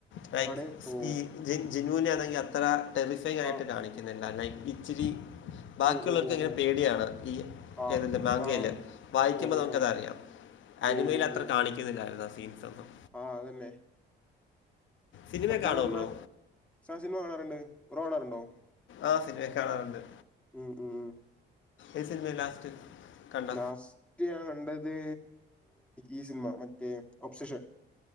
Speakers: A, on the left (about 75°); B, in the centre.
A: <unintelligible>
B: ആണ്. ഓ
A: ജി ജിനു അണെങ്കിൽ അത്ര ടെറിഫൈ ആയിട്ട്
B: ആഹ്
A: കാണിക്കുന്നില്ല ലെഇച്ചിരി ബാക്കിയുള്ളോർക്ക്ങ്ങനെ
B: ഓ ഓ ഓ ഓ
A: പേടിയാണ് ഈ
B: ആഹ്
A: ഏതിൻ്റെ മാങ്കയില്
B: ആഹ്
A: വായിക്കുമ്പോ
B: ഓ ഓ
A: നമുക്ക
B: ഓ
A: അതറിയാം ആനിമയിൽ
B: ഓ ഓ
A: അത്ര
B: ഓ
A: കാണിക്ക <unintelligible> സീൻസൊന്നും
B: ആഹ് അതന്നെ
A: സിനിമ
B: സത്യം
A: കാണുമോ
B: പറഞ്ഞ
A: ബ്രോ
B: സാ സിനിമ കാണാറുണ്ട് ബ്രോ കാണാറുണ്ടോ
A: ആഹ് സിനിമയൊക്കെ കാണാറുണ്ട്
B: ഉം ഉം ഉം
A: എാ സിനമ ലാസ്റ്റ് കണ്ട
B: ലാസ്റ്റ് ഞാൻ കണ്ടത് ഈ സിനിമ മറ്റേ ഓബ്സഷൻ